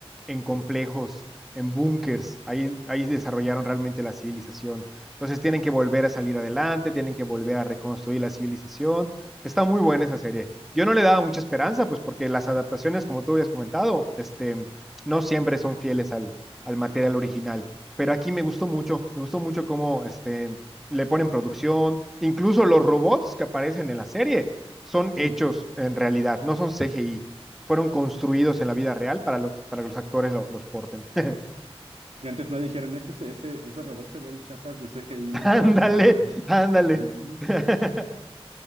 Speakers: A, in the centre; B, on the right (about 80°).
A: en complejos, en búnkers. Ahí, ahí desarrollaron realmente la civilización. Entonces tienen que volver a salir adelante, tienen que volver a reconstruir la civilización. Está muy buena esa serie. Yo no le daba mucha esperanza, pues porque las adaptaciones, como tú habías comentado, este, no siempre son fieles al, al material original pero aquí me gustó mucho, me gustó mucho cómo este, le ponen producción, incluso los robots que aparecen en la serie son
B: Sí.
A: hechos en realidad, no son CGI, fueron construidos en la vida real para, los, para que los actores lo, los porten. <laughs>
B: Y antes no dijeron, ese, ese, esos robots se ven chafas de CGI, no
A: ándale,
B: se ven mal. <laughs>
A: ándale.
B: También, ¿no?
A: <laughs>